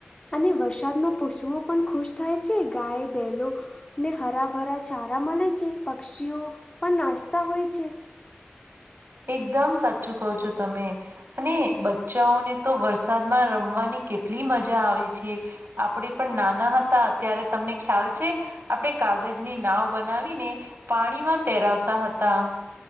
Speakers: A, on the left; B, on the right.
A: અને વરસાદમાં પશુઓ પણ ખુશ થાય છે, ગાય, બલો ને હરાભરા. ચારા મળે છે, પક્ષીઓ પણ નાચતા હોય છે.
B: એકદમ સાચું કો છો તમે. અને બચ્ચાઓને તો વરસાદમાં રમવાની કેટલી મજા આવે છે. આપડે પણ નાના હતા, અત્યારે તમને ખ્યાલ છે. આપણે કાગજની નાવ બનાવીને, પાણીમાં તહેરાવતા હતા.